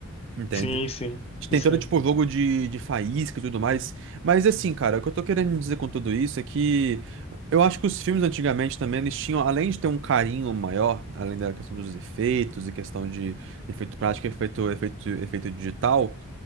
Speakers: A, on the right; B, on the left.
A: Entende?
B: sim,
A: gente
B: sim.
A: Tentando,
B: Isso aí.
A: tipo, jogo de, de faísca e tudo mais. Mas, assim, cara, o que eu tô querendo dizer com tudo isso é que eu acho que os filmes antigamente também, eles tinham, além de ter um carinho maior, além da questão dos efeitos e questão de efeito prático, efeito, efeito, efeito digital,